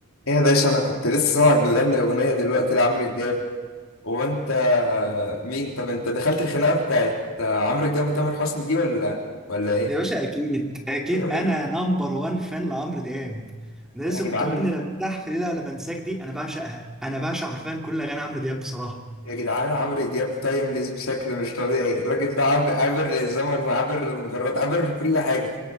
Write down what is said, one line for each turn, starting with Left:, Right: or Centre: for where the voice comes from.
Left: ايه يا باشا انا كنت لسه سامعك بتغني اغنيه دلوقتي لعمرو دياب هو انت مين طب انت دخلت الخناقه بتاعت عمرو دياب وتامر حسني دي ولا ولا ايه
Centre: يا باشا اكيد اكيد
Left: <laughs>
Centre: انا نمبر وان فان لعمرو دياب انا لسه
Left: يا جدعان
Centre: كنت بغني لا برتاح في ليله ولا بنساك دي انا بعشقها انا بعشق حرفيا كل اغاني عمرو دياب بصراحه
Left: يا جدعان عمرو دياب تايمليس بشكل مش طبيعي الراجل ده عاب- عابر للزمن وعابر للمجرات عابر لكل حاجه